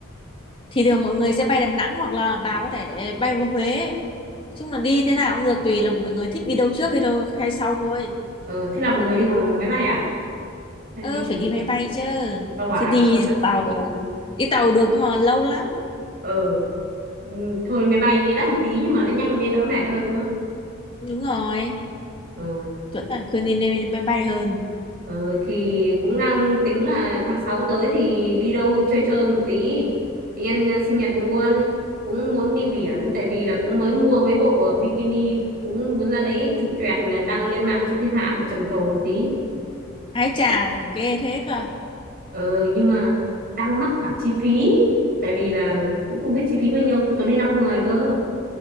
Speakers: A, on the left; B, on the right.
A: thì thường mọi người sẽ bay Đà Nẵng hoặc là bà có thể bay vào Huế chung là đi thế nào cũng được tùy là mọi người thích đi đâu trước hay đâu hay sau thôi
B: Ờ, thế là mọi người đi bằng máy bay à? Hay
A: Ơ
B: đi bằng
A: phải đi máy bay chứ
B: tàu hỏa
A: chứ đi
B: không được à?
A: tàu đi tàu được nhưng mà lâu lắm
B: Ờ, ừ, thôi máy bay đi đắt một tí nhưng mà nó nhanh với đỡ mệt hơn nữa.
A: đúng rồi
B: Ờ,
A: chuẩn là khuyên đi nên đi máy bay hơn
B: Ờ, thì cũng đang tính là tháng 6 tới thì đi đâu chơi chơi một tí. Đi ăn ờ, sinh nhật luôn. Cũng muốn đi biển tại vì là cũng mới mua mấy bộ ờ, bikini cũng muốn ra đấy chụp choẹt là đăng lên mạng cho thiên hạ họ trầm trồ một tí.
A: ái chà ghê thế cơ
B: Ờ, nhưng mà đang mắc khoản chi phí tại vì là cũng không biết chi phí bao nhiêu, tôi đi 5 người cơ.